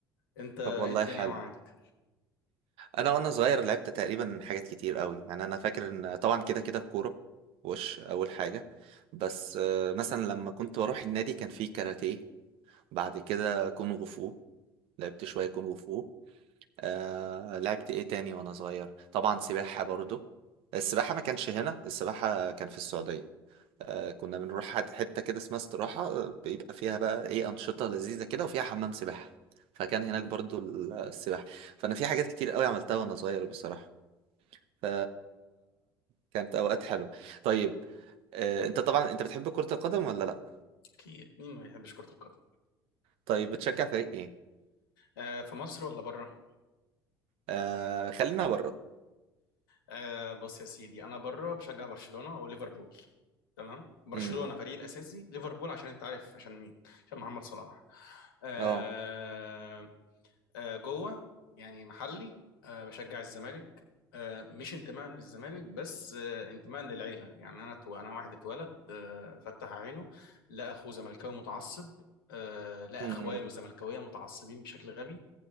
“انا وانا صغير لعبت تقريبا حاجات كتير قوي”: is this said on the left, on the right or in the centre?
Right